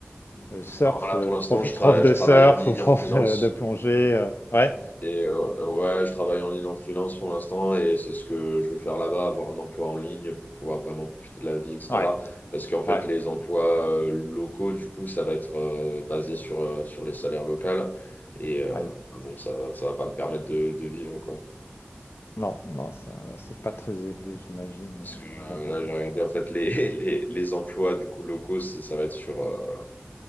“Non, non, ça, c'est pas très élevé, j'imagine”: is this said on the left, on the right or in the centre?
Left